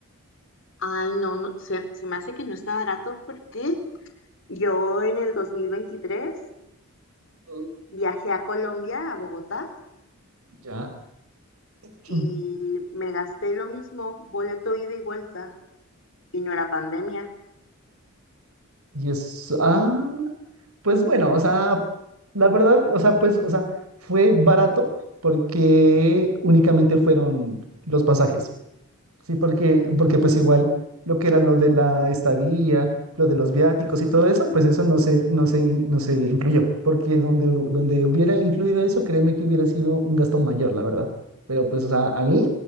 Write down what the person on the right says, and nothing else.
Mm,
Ya. Mm.
Y es, ah, pues bueno, o sea, La verdad, o sea, pues, o sea, fue barato porque únicamente fueron los pasajes, ¿sí? Porque, porque pues igual lo que era lo de la estadía, lo de los viáticos y todo eso, pues eso no se, no se, in- no se incluyó, porque donde, donde hubiera incluido eso, créeme que hubiera sido un gasto mayor, la verdad. Pero pues, o sea, a mí